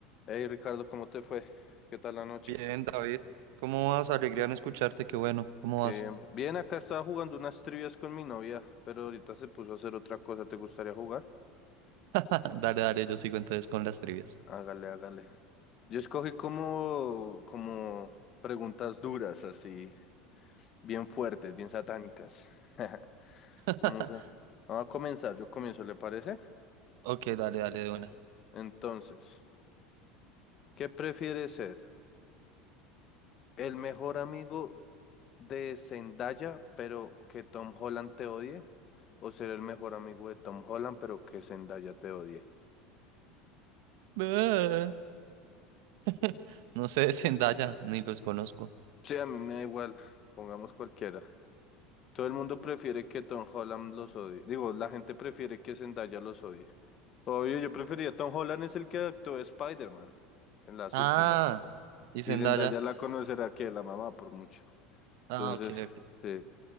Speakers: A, on the left; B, on the right.
A: Hey Ricardo, ¿cómo te fue? ¿Qué tal la noche?
B: Bien, David. ¿Cómo vas? Alegría en escucharte, qué bueno. ¿Cómo
A: Que
B: vas?
A: bien, bro. Bien, acá estaba jugando unas trivias con mi novia, pero ahorita se puso a hacer otra cosa. ¿Te gustaría jugar?
B: <laughs> Dale, dale, yo sigo entonces con las trivias.
A: Hágale, hágale. Yo escogí como, como preguntas duras, así, bien fuertes, bien satánicas. <laughs>
B: <laughs>
A: Vamos a, vamos a comenzar. Yo comienzo, ¿le parece?
B: Ok, dale, dale de una.
A: Entonces, ¿qué prefiere ser? ¿El mejor amigo de Zendaya, pero que Tom Holland te odie, o ser el mejor amigo de Tom Holland, pero que Zendaya te odie.
B: Ah. <laughs> No sé, Zendaya, ni los conozco.
A: Sí, a mí me da igual, pongamos cualquiera. Todo el mundo prefiere que Tom Holland los odie. Digo, la gente prefiere que Zendaya los odie. Obvio, yo prefería Tom Holland es el que actuó de Spider-Man en las
B: Ah,
A: últimas.
B: y
A: Y
B: Zendaya.
A: Zendaya la conocerá que la mamá por mucho.
B: Ah,
A: Entonces,
B: ok, ok.
A: sí,